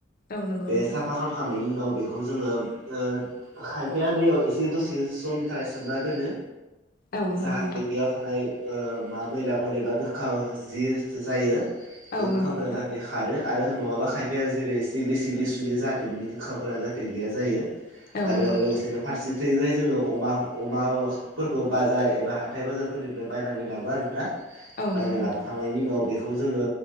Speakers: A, on the left; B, on the right.
A: औ नंगौ
B: बे
A: नोंथां
B: साफा खालामखांनायनि उनाव बेखौ जोङो ओ खायफाया दैयाव एसे दसे समनि थाखाय सोमना दोनो
A: औ नंगौ
B: जाहाथे
A: नोंथां
B: बेयाव थानाय ओ मा मैलाफोर एबा गोखा जि जायो बे
A: औ
B: गोखाफोरा
A: नंगौ नोंथां
B: जाहाथे खारो आरो नङाबा खायफाया जेरै सिग्लि सिग्लि सुयो जाहाथे बिनि गोखाफोरा जाहाथे गैया जायो
A: औ
B: आरो
A: नंगौ नोंथां
B: लोगोसेनो फारसे थिंजाय जोङो अमा अमाफोरखौ बाजार एबा हाथाय बाजारफोरनिफ्राय बायनानै लाबो आरोना
A: औ
B: बायना
A: नंगौ नोंथां
B: लाबोखांनायनि उनाव बे बेखौ जोङो